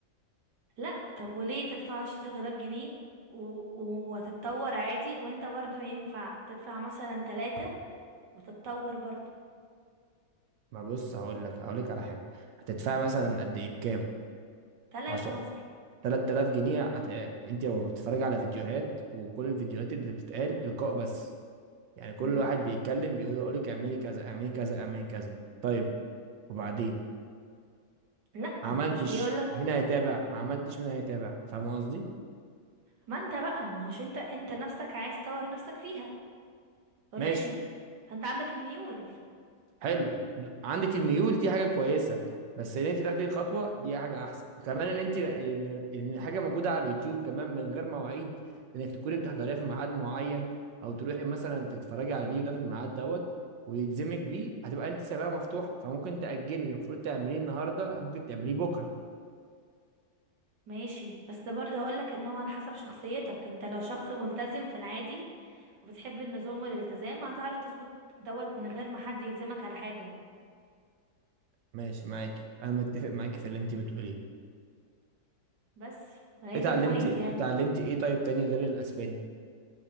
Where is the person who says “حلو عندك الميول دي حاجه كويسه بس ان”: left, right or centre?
Right